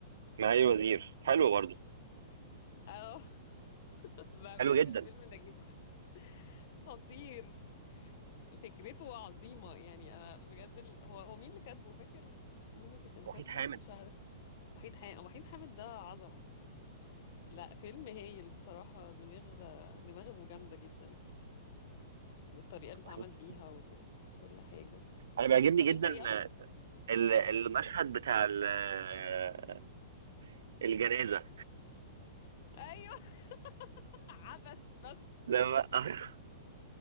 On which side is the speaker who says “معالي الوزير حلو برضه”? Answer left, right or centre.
Right